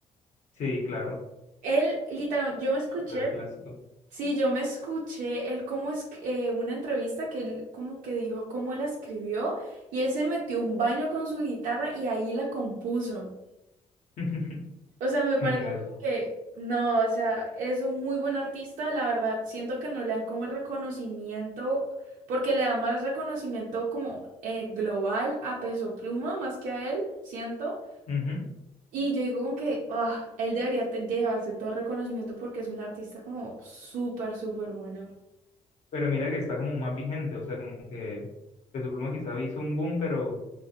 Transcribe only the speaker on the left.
Sí, claro,
súper clásico,
<laughs>
genial.
Ujú.
Pero mira que está como más vigente, o sea, como que Peso Pluma quizá hizo un boom, pero,